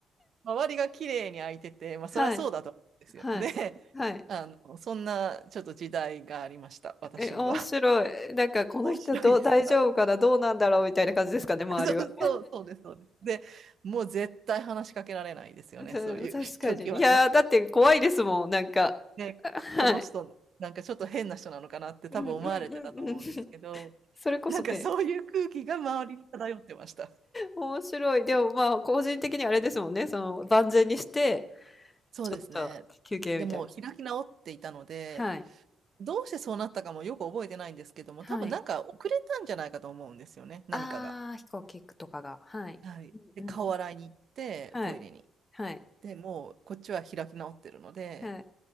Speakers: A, on the right; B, on the left.
A: 周りが綺麗に開いてて、まあそりゃそうだと思うんですよ。
B: はい。はい。
A: で、
B: はい。
A: あの、そんなちょっと時代がありました、私には。
B: え、面白い。なんか、
A: <laughs>
B: この人どう大丈夫かな、
A: 面白いですか
B: どうなんだろうみたいな感じですかね、周りは。
A: <laughs> そうそう、そうです、そうです。で、もう絶対話しかけられないですよね、
B: うん、
A: そういう時はね。
B: 確かに。いやー、だって怖いですもん、なんか。
A: ね、
B: あ、
A: ここの人、
B: はい。
A: なんかちょっと変な人なのかなって多分思われてたと思うんですけど、
B: うんうんうんうん。<laughs> それこそね、
A: なんかそういう空気が周りに漂ってました。
B: 面白い。でも、まあ、個人的にあれですもんね、その、万全にして、
A: そうですね。
B: ちょっと休憩みたいな。
A: でも開き直っていたので、
B: はい。
A: どうしてそうなったかもよく覚えてないんですけども、
B: はい。
A: 多分なんか遅れたんじゃないかと思うんですよね、何かが。
B: ああ、飛行機とかが。はい。
A: はい。で、
B: うん。
A: 顔洗いに行って、
B: はい。
A: トイレに。
B: はい。
A: で、もうこっちは開き直ってるので、
B: はい。